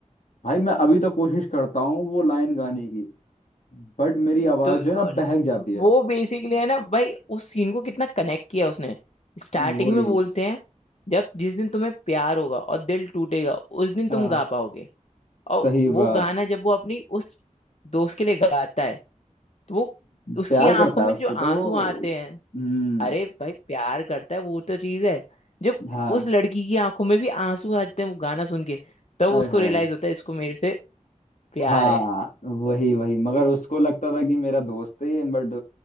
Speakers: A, on the left; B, on the left.
A: भाई मैं अभी तो कोशिश करता हूँ वो लाइन गाने की बट मेरी आवाज
B: तो अ,
A: जो है ना बहक जाती है
B: वो बेसिकली है ना भाई उस सीन को कितना कनेक्ट किया उसने स्टार्टिंग
A: वही
B: में बोलते हैं जब जिस दिन तुम्हें प्यार होगा और दिल टूटेगा उस दिन
A: हाँ
B: तुम गा पाओगे और
A: सही
B: वो
A: बात
B: गाना जब वो अपनी उस दोस्त के लिए गाता है तो वो उसकी
A: प्यार
B: आंखों
A: करता
B: में
A: है उससे
B: जो
A: तो
B: आंसू
A: वो
B: आते हैं
A: हम्म
B: अरे भाई प्यार करता है वो तो चीज है जब
A: हाँ
B: उस लड़की की आंखों में भी आंसू आते हैं वो गाना सुन के तब
A: आय
B: उसको
A: हाय
B: रियलाइज होता है इसको मेरे से प्यार
A: हाँ
B: है
A: वही वही मगर उसको लगता था कि मेरा दोस्त है बट